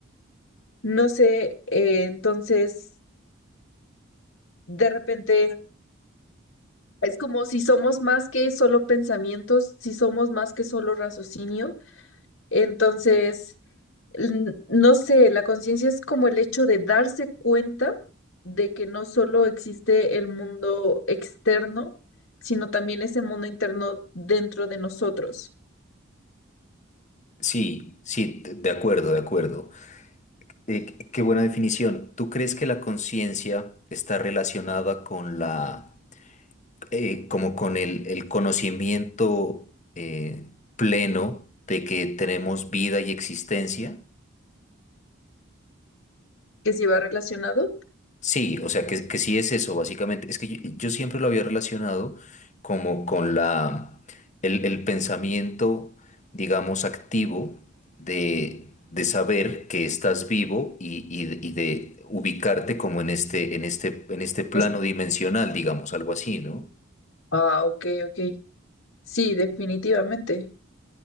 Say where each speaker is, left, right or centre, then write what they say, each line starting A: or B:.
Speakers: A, on the left; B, on the left.
A: No sé, eh, entonces, de repente, es como si somos más que solo pensamientos, si somos más que solo raciocinio. Entonces, n- No sé, la conciencia es como el hecho de darse cuenta de que no solo existe el mundo externo, sino también ese mundo interno dentro de nosotros,
B: Sí, sí, de de acuerdo, de acuerdo. Eh, qué qué buena definición. ¿Tú crees que la conciencia está relacionada con la, eh, como con el, el conocimiento eh, pleno de que tenemos vida y existencia?
A: que si va relacionado.
B: Sí, o sea, que, que sí es eso, básicamente. Es que yo, yo siempre lo había relacionado como con la, el, el pensamiento, digamos, activo de, de saber que estás vivo y, y y de ubicarte como en este, en este, en este plano
A: es-
B: dimensional, digamos, algo así, ¿no?
A: ah, ok, ok. Sí, definitivamente.